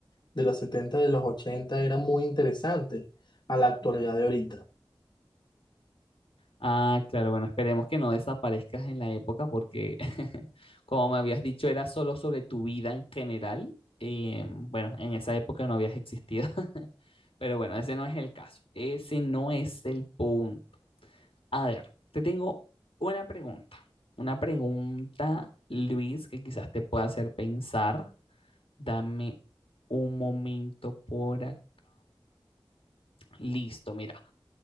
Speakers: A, on the left (about 50°); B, on the left (about 80°).
A: de los 70 de los 80 era muy interesante a la actualidad de ahorita.
B: Ah, claro, bueno, esperemos que no desaparezcas en la época porque, <laughs> como me habías dicho, era solo sobre tu vida en general. eh, bueno, en esa época no habías existido, <laughs> pero bueno, ese no es el caso. Ese no es el punto. A ver, te tengo una pregunta. Una pregunta, Luis, que quizás te pueda hacer pensar. Dame un momento por acá. Listo, mira.